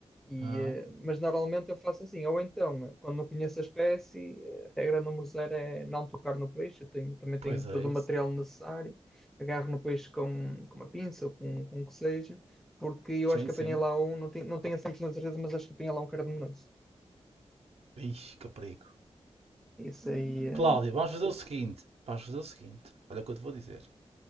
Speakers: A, in the centre; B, on the right (about 65°).
A: E,
B: Ah,
A: eh, mas normalmente eu faço assim, ou então, eh, quando não conheço a espécie, eh, a regra número zero é não tocar no peixe, eu tenho, também tenho
B: pois é
A: todo
B: isso.
A: o material necessário, agarro no peixe com, com uma pinça ou com, com o que seja, porque eu
B: Sim,
A: acho que
B: sim.
A: apanhei lá um, não tenho, não tenho a 100% certeza, mas acho que apanhei lá um cardenoso.
B: Ixi, que perigo.
A: Isso aí. eh,
B: Cláudio, vamos fazer o seguinte. Vamos fazer o seguinte. Olha o que eu te vou dizer.